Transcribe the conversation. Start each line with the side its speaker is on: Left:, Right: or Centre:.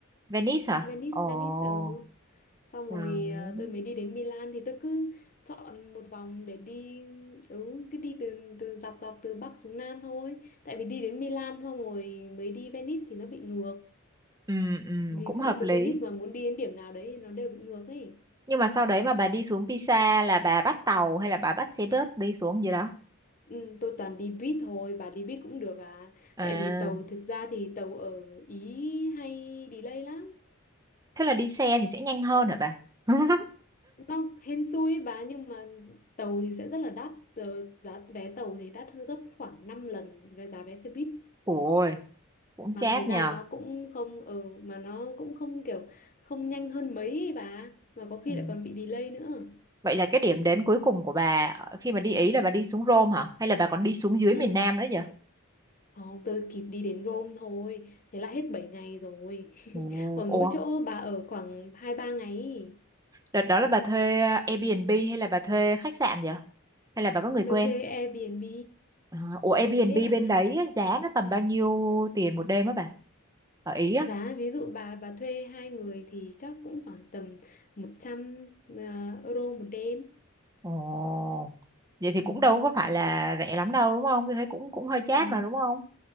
Right: Venice hả?
Left: Venice,
Right: Ồ.
Left: Venice, ừ. xong rồi
Right: Đó.
Left: ờ, tôi mới đi đến Milan thì tôi cứ chọn một vòng để đi ừ, cứ đi từ từ dọc dọc từ Bắc xuống Nam thôi tại vì đi đến Milan xong rồi mới đi Venice thì nó bị ngược
Right: Ừm, ừm,
Left: ví
Right: cũng hợp
Left: dụ từ
Right: lý.
Left: Venice mà muốn đi đến điểm nào đấy thì nó đều bị ngược ấy
Right: Nhưng mà sau đấy mà bà đi xuống Pisa là bà bắt tàu hay là bà bắt xe bus đi xuống gì đó?
Left: ừ, tôi toàn đi buýt thôi và đi buýt cũng được à
Right: À,
Left: tại vì tàu thực ra thì tàu ở Ý hay delay lắm
Right: thế là đi xe thì sẽ nhanh hơn hả bà? <laughs>
Left: nó hên xui ấy bà nhưng mà tàu thì sẽ rất là đắt Ờ, giá vé tàu thì đắt hơn gấp khoảng 5 lần về giá vé xe buýt
Right: Ôi, cũng
Left: mà
Right: chát
Left: thời gian
Right: nhờ.
Left: nó cũng không ờ mà nó cũng không kiểu không nhanh hơn mấy ấy bà mà có khi
Right: Ừ.
Left: lại còn bị delay nữa
Right: Vậy là cái điểm đến cuối cùng của bà ở- khi mà đi Ý là bà đi xuống Rome hả? Hay là bà còn đi xuống dưới
Left: ừ
Right: miền Nam nữa vậy?
Left: không tôi kịp đi đến Rome thôi thế là hết 7 ngày rồi
Right: Ồ,
Left: <laughs> ở mỗi
Right: ồ.
Left: chỗ bà ở khoảng hai ba ngày ý.
Right: Đợt đó là bà thuê ờ, Airbnb hay là bà thuê khách sạn vậy? Hay là bà có người
Left: tôi
Right: quen?
Left: thuê Airbnb
Right: À, ủa Airbnb
Left: thuê hết à
Right: bên đấy á, giá nó tầm bao nhiêu tiền một đêm á bà? Ở Ý á?
Left: giá ví dụ bà bà thuê hai người thì chắc cũng khoảng tầm 100 ờ, euro một đêm
Right: Ồ. Vậy thì
Left: ừ.
Right: cũng đâu có phải là rẻ lắm đâu đúng không? Tôi thấy cũng cũng hơi chát
Left: Ừ.
Right: mà đúng không?